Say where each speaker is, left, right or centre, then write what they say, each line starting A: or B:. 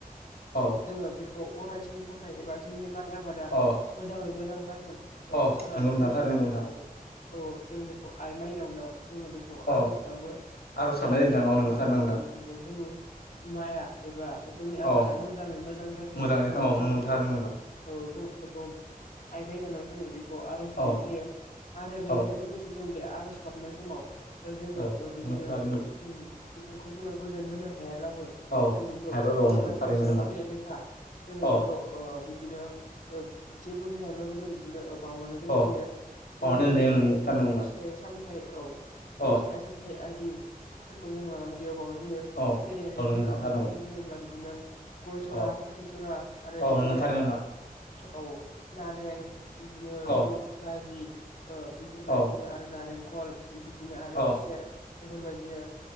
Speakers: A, on the left (about 85°); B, on the left (about 55°).
A: औ
B: जोङो खौ अराय समनि थाखाय एबा जोंनि माइ आबादा
A: औ
B: मोजाङै मोजां जाथों बेखौ
A: औ
B: सानानानै
A: नंगौ नोंथां
B: जोङो
A: थारैनो
B: बेखौनो
A: नंगौ नोंथां
B: औ औ जों बेखौ आइ माइनावनाव जोङो बेखौ
A: औ
B: आर'ज गाबो
A: आर'ज गाबनाय
B: जाहाथे
A: जायो नोंथां
B: नंगौ
A: औ थारैनो नोंथां
B: जोंनि माइआ एबा जोंनि आबादा
A: औ
B: मोजाङै मोजां जाथों
A: मोजाङै
B: सनानै
A: नोंथां औ
B: जों
A: नंगौ
B: बेखौ
A: थारैनो नोंथां
B: औ जों बेखौ आइ माइनावनो जोङो बेखौ आर'ज गाबनाय
A: औ
B: जायो आरो बेजोंनो
A: औ
B: लोगोसे जों बे आर'ज गाबनाय समाव जोङो
A: औ
B: बिदिनो
A: नंगौ थारैनो
B: बिथांखौ जोङो गोजोन होनो हायाब्लाबो
A: औ
B: जों बेखौ
A: हायाब्ला
B: बोसोराव
A: औ नंगौ थारैनो
B: खनसेलाव
A: नोंथां
B: फैनाय लेखा जोङो
A: अ
B: बेखौ बिदिनो जेबो होनो हायाब्लाबो जों बिदिनो बावनानै दोननाय
A: अ
B: जायो जोङो
A: अ दोनजायो
B: जेरैहाय
A: नोंथां थारैनो नोंथां
B: फिथाइ साम फिथाइ
A: अ
B: सामथ आदि जों लानानै बेयाव बनो होयो
A: औ
B: जेरैहाय
A: औ नोंगौ
B: जोङो
A: नोंथां थारैनो
B: फिसा सानसेरि
A: नंगौ
B: बुङोब्ला बिदिनो गय जरा
A: औ
B: फाथै जरा आरो
A: औ
B: बिदिनो
A: नोंगौ थारैनो नोंथां
B: औ नारें दिनो
A: औ
B: सुप गाजि बेफोरबायदिनो
A: औ
B: आरो नारेंखल बिबायदिनो आरो
A: औ
B: खुसेर बेफोरबायदिनो